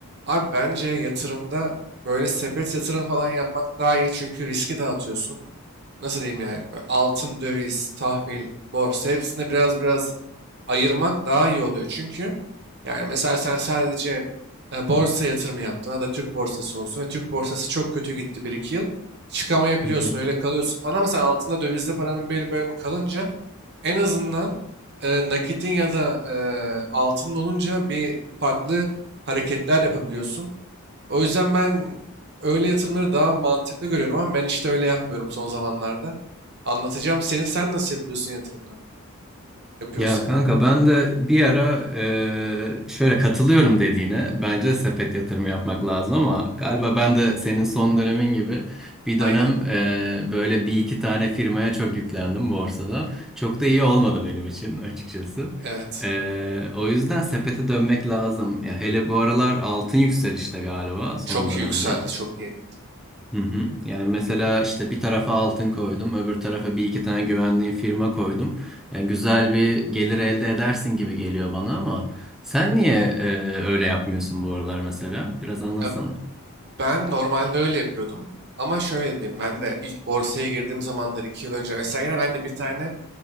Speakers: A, on the right; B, in the centre.
A: Abi bence yatırımda böyle sepet yatırım falan yapmak daha iyi çünkü riski dağıtıyorsun. Nasıl diyeyim yani? Böyle altın, döviz, tahvil, borsa hepsinde biraz biraz ayırmak daha iyi oluyor. Çünkü yani mesela sen sadece e, borsa yatırımı yaptın ya da Türk borsası olsun ve Türk borsası çok kötü gitti bir iki yıl. Çıkamayabiliyorsun
B: Hı hı.
A: öyle kalıyorsun falan ama sen altında dövizde paranın belli bölümü kalınca en azından e, nakitin ya da e, altının olunca bir farklı hareketler yapabiliyorsun. O yüzden ben öyle yatırımları daha mantıklı görüyorum ama ben işte öyle yapmıyorum son zamanlarda. Anlatacağım seni. Sen nasıl yapıyorsun yatırımlar? Yapıyorsan.
B: Ya kanka ben de bir ara e, şöyle katılıyorum dediğine bence sepet yatırımı yapmak lazım ama galiba ben de senin son dönemin gibi bir
A: Aynen.
B: dönem e, böyle bir iki tane firmaya çok yüklendim borsada. Çok da iyi olmadı benim için açıkçası.
A: Evet.
B: E, o yüzden sepete dönmek lazım. Ya hele bu aralar altın yükselişte galiba son
A: Çok iyi
B: dönemde.
A: yükseldi. Çok iyi.
B: Hı hı. Yani mesela işte bir tarafa altın koydum, öbür tarafa bir iki tane güvendiğim firma koydum. Yani güzel bir gelir elde edersin gibi geliyor bana ama sen niye e, öyle yapmıyorsun bu aralar mesela? Biraz anlatsana.
A: Ya ben normalde öyle yapıyordum. Ama şöyle diyeyim. Ben de ilk borsaya girdiğim zamanlar iki yıl önce vesaire ben de bir tane